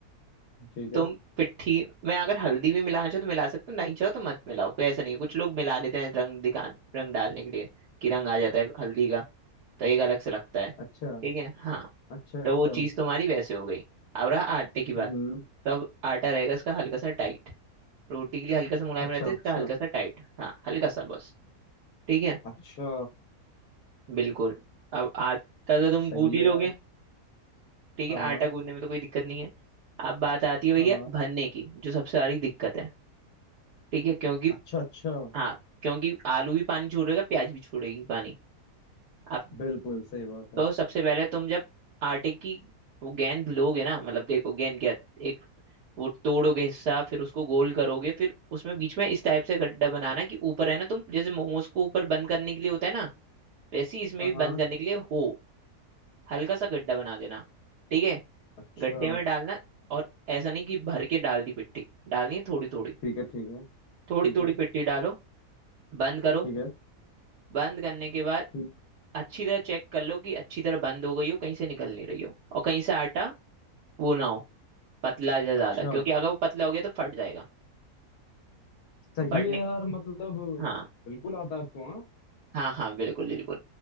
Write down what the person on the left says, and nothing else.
ठीक है
अच्छा
अच्छा अच्छा
हम्म
अच्छा
अच्छा
अच्छा
सही
है
यार
हाँ
हाँ
हाँ हाँ।
अच्छा अच्छा
बिल्कुल सही बात है
हाँ
हाँ।
अच्छा
ठीक है ठीक है
ठीक
है
ठीक है
ठीक
अच्छा
सही
है यार मतलब
बिल्कुल आता है आपको हाँ